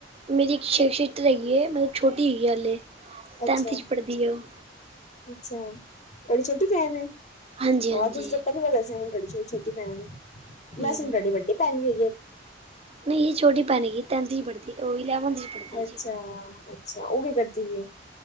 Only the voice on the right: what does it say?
ਮੇਰੀ ਇੱਕ ਸ਼ਿਸਟਰ ਹੈਗੀ, ਮਤਲਬ ਛੋਟੀ ਹੈਗੀ ਹਾਲੇ।
ਟੈਂਨਥ 'ਚ ਪੜ੍ਹਦੀ ਹੈ ਉਹ
ਹਾਂਜੀ ਹਾਂਜੀ
ਹੂੰ
ਨਹੀਂ, ਇਹ ਛੋਟੀ ਭੈਣ ਹੈਗੀ, ਟੈਂਨਥ ਚ ਹੀ ਪੜ੍ਹਦੀ ਏ, ਉਹ ਇਲੈਵਨਥ 'ਚ ਪੜ੍ਹਦੀ ਹੈ
ਜੀ।